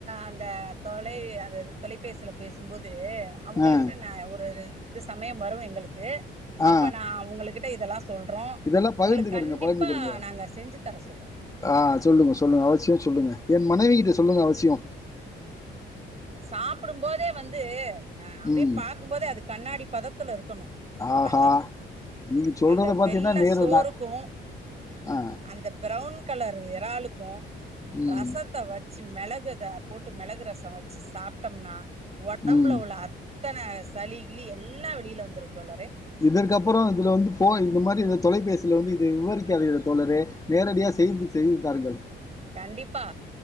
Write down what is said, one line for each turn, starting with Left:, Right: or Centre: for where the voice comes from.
Right: அந்த தொலை அந்த தொலைபேசில பேசும்போது அவுங்களுகிட்ட
Left: ஆ
Right: நா ஒரு இது சமயோ வரு எங்களுக்கு
Left: ஆ
Right: அப்ப நா அவுங்களகிட்ட இதெல்லா சொல்றோ
Left: இதெல்லா
Right: உங்களுக்
Left: பகிர்ந்துக்கிடுங்க
Right: கண்டிப்பா
Left: பகிர்ந்துக்கிடுங்க
Right: நாங்க செஞ்சு தர சொல்றோ
Left: ஆ சொல்லுங்கோ சொல்லுங்க அவசிய சொல்லுங்க என் மனைவி கிட்ட சொல்லுங்க அவசியோ
Right: சாப்புடும்போதே வந்து அ அப்டியே
Left: ம்.
Right: பாக்கும்போதே அது கண்ணாடி பதத்துல இருக்கனு
Left: ஆஹா!
Right: பாத்தா
Left: நீங்க சொல்றத
Right: அந்த
Left: பார்த்தீங்கன்னா,
Right: வெள்ள
Left: நேரு
Right: சோறுக்கு
Left: தான். ஆ.
Right: அந்த ப்ரௌன் கலர் எறாளுக்கு
Left: ம்.
Right: ரசத்த வெச்சு மெளக த போட்டு மெளகு ரசோ வெச் சு சாப்ட்டம்னா ஒடம்புல
Left: ம்.
Right: உள்ள அத் தன சளிகிலி எல்லா வெளில வந்துருந்தோழரே
Left: இதற்கப்பறோ இதுல வந்து ஃபோ இந்த மாரி இந்த தொலைபேசில வந்து இத விவரிக்காதீர்கள் தோழரே நேரடியா செய்து
Right: ம்
Left: செய்து தாருங்கள்.
Right: கண்டிப்பா